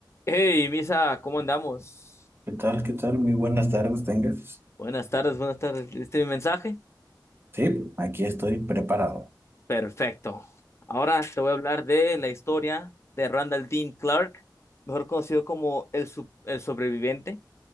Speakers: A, on the left; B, on the right.
A: Hey, Misa, ¿cómo andamos?
B: ¿Qué tal? ¿Qué tal? Muy buenas tardes, tengas.
A: Buenas tardes, buenas tardes. ¿Viste mi mensaje?
B: Sí, aquí estoy preparado.
A: Perfecto. Ahora te voy a hablar de la historia de Randall Dean Clark, mejor conocido como el, sub- el sobreviviente